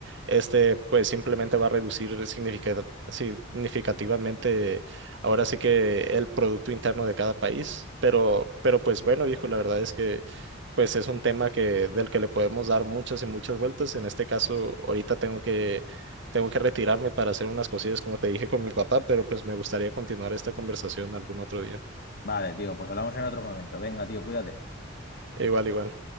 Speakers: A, on the right; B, on the left.
A: este pues simplemente va a reducir significa- significativamente ahora sí que el producto interno de cada país, pero pero pues bueno, viejo, la verdad es que pues es un tema que del que le podemos dar muchas y muchas vueltas. En este caso, ahorita tengo que tengo que retirarme para hacer unas cosillas como te dije con mi papá, pero pues me gustaría continuar esta conversación algún otro día.
B: Vale, tío, pues hablamos en otro momento. Venga, tío, cuídate.
A: Igual, igual.